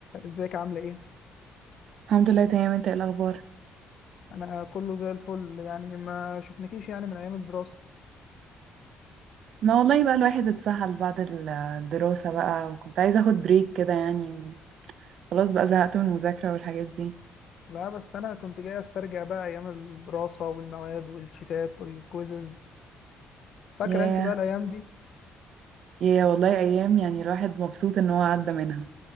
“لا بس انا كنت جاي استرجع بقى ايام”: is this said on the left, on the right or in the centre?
Left